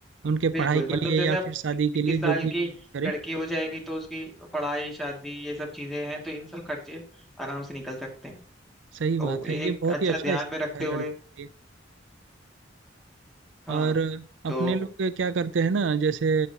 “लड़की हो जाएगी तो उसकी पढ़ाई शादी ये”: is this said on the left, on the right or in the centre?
Centre